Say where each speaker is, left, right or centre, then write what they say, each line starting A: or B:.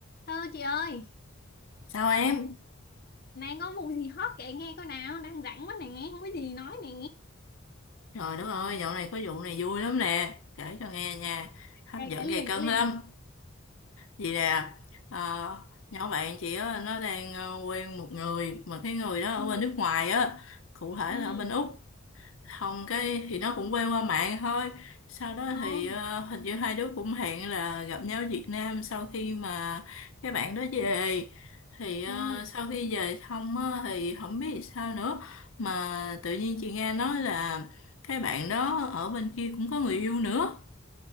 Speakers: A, on the left; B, on the left.
A: Hello chị ơi,
B: Sao em?
A: nay có vụ gì hot kể nghe coi nào, đang rảnh quá nè, không có gì nói nè.
B: Trời đất ơi, dạo này có vụ này vui lắm nè. Kể cho nghe nha. Hấp
A: Kể
B: dẫn
A: kể liền,
B: gay cấn
A: kể liền.
B: lắm. Vì nè, ờ, nhỏ bạn chị á, nó đang ờ, quen một người. Mà cái người đó ở
A: Ừ,
B: bên nước ngoài á. Cụ thể
A: ừ,
B: là ở bên Úc. Hồng cái thì nó cũng quen qua mạng thôi sau đó
A: ừ,
B: thì ờ, hình như hai đứa cũng hẹn là gặp nhau ở Việt Nam sau khi mà cái bạn đó về thì ờ,
A: ừ,
B: sau khi về xong á, thì không biết làm sao nữa mà tự nhiên chị nghe nói là cái bạn đó ở bên kia cũng có người yêu nữa